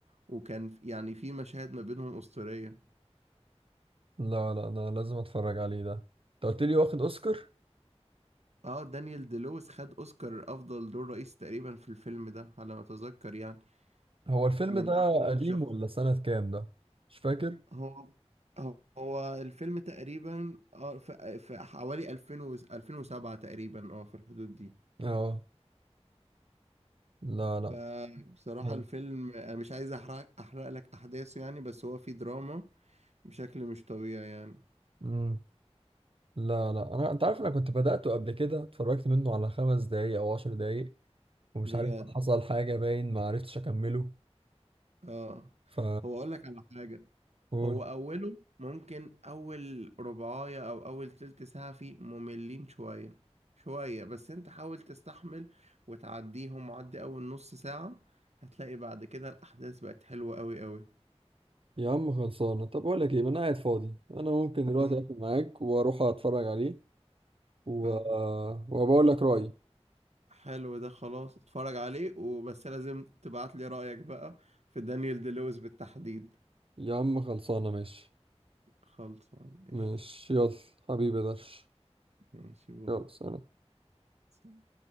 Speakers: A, on the right (about 75°); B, on the right (about 55°).
A: وكان يعني في مشاهد ما بينهم أسطورية
B: لا لا انا لازم اتفرج عليه ده انت قلت لي واخد اوسكار
A: اه دانيال دي لويس خد اوسكار افضل دور رئيسي تقريبا في الفيلم ده على ما اتذكر يعني
B: هو الفيلم
A: من
B: ده
A: احلى
B: قديم
A: الشخص
B: ولا سنة كام ده مش فاكر
A: هو هو هو الفيلم تقريبا اه في في حوالي 2000 و 2007 تقريبا اه في الحدود دي
B: اه لا لا
A: فبصراحة
B: حلو.
A: الفيلم انا مش عايز احرق احرق لك احداثه يعني بس هو فيه دراما بشكل مش طبيعي يعني
B: مم. لا لا انا انت عارف انا كنت بدأته قبل كده اتفرجت منه على خمس دقايق او عشر دقايق ومش
A: بجد
B: عارف حصل حاجة باين ما عرفتش اكمله
A: اه
B: ف
A: هو اقول لك على حاجة
B: قول
A: هو أوله ممكن أول ربعاية أو أول تلت ساعة فيه مملين شوية شوية بس أنت حاول تستحمل وتعديهم وعدي أول نص ساعة هتلاقي بعد كده الأحداث بقت حلوة أوي أوي
B: يا عم خلصانة طب أقول لك إيه ما أنا قاعد فاضي أنا ممكن دلوقتي
A: اه
B: أقفل معاك وأروح أتفرج عليه و...
A: اه
B: وبقول لك رأيي
A: حلو ده خلاص اتفرج عليه وبس لازم تبعت لي رأيك بقى في دانيال دي لويس بالتحديد
B: يا عم خلصانة ماشي
A: خلصان قشطة
B: ماشي يلا حبيبي درش
A: ماشي باي
B: يلا سلام
A: سلام.